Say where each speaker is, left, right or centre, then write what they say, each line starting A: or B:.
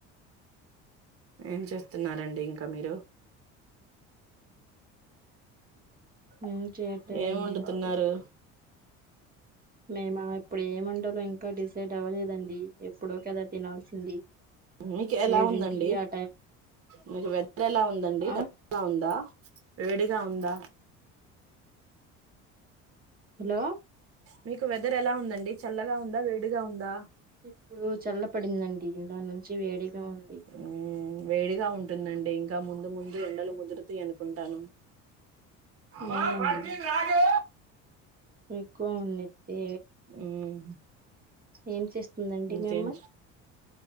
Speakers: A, on the right (about 40°); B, on the right (about 25°).
A: ఏం చేస్తున్నారూ అండి ఇంక మీరు?
B: హ్మ్. చేయట్లేదండి.
A: ఏం వండుతున్నారు?
B: మేమ ఇప్పుడు వండాలో ఇంకా డిసైడ్ అవ్వలేదండి, ఎప్పుడో కదా తినాల్సింది.
A: మీకు ఎలా
B: ఏడింటికి
A: ఉందండి?
B: ఆ టైం
A: మీకు వెదర్ ఎలా ఉందండి
B: ఆ
A: చల్లగా ఉందా. వేడిగా ఉందా
B: హలో
A: మీకు వెదర్ ఎలా ఉందండి. చల్లగా ఉందా, వేడిగా ఉందా?
B: ఇప్పుడు చల్ల పడిందండి ఇందాక నుంచి వేడిగా ఉంది.
A: ఉమ్ వేడిగా ఉంటుందండి ఇంకా ముందు ముందు ఎండలు ముదురుతాయి అనుకుంటాను.
B: అవునండి
A: మా పండిట్ రాడు
B: ఎక్కువ ఉన్నిద్ది.
A: మ్మ్
B: ఏం చేస్తుందండి
A: ఇంకేం
B: మీ అమ్మాయి?